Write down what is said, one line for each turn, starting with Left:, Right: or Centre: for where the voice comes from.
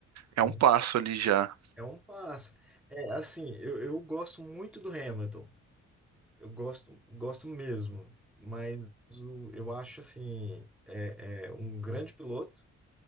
Centre: É
Right: é um
Centre: um,
Right: passo ali já.
Centre: é um passo. É assim, eu, eu gosto muito do Hamilton. Eu gosto, gosto mesmo. Mas o- eu acho assim, é, é um grande piloto.